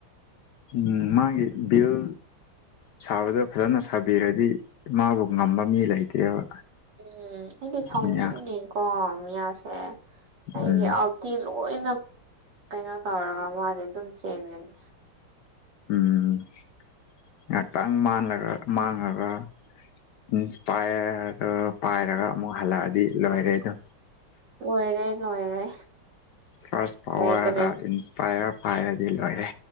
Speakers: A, on the left; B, on the right.
A: ꯎꯝ ꯃꯥꯒꯤ ꯕꯤꯜ ꯁꯥꯕꯗꯣ ꯐꯖꯅ ꯁꯥꯕꯤꯔꯗꯤ ꯃꯥꯕꯨ ꯉꯝꯕ ꯃꯤ ꯂꯩꯇꯦꯕ꯫
B: ꯎꯝ ꯑꯩꯗꯤ ꯁꯥꯎꯅꯤꯡꯉꯦꯀꯣ
A: ꯃꯤꯌꯥ
B: ꯃꯤꯌꯥꯁꯦ ꯑꯩꯒꯤ
A: ꯎꯝ
B: ꯑꯜ ꯇꯤ ꯂꯣꯏꯅ ꯀꯩꯅꯣ ꯇꯧꯔꯒ ꯃꯥꯗꯤ ꯑꯗꯨꯝ ꯆꯦꯟꯒꯅꯤ꯫
A: ꯎꯝ꯫ ꯉꯥꯛꯇꯪ ꯃꯥꯟꯂꯒ ꯃꯥꯡꯉꯒ꯫ ꯏꯟꯁꯄꯥꯌꯔ ꯄꯥꯏꯔꯒ ꯑꯃꯨꯛ ꯍꯜꯂꯛꯑꯗꯤ ꯂꯣꯏꯔꯦ ꯑꯗꯣ꯫
B: ꯂꯣꯏꯔꯦ ꯂꯣꯏꯔꯦ
A: ꯐꯥꯔꯁ ꯄꯥꯋꯔꯔꯥ
B: ꯂꯩꯇꯔꯦ
A: ꯏꯟꯁ ꯄꯥꯏꯌꯔ ꯄꯥꯏꯔꯗꯤ ꯂꯣꯏꯔꯦ꯫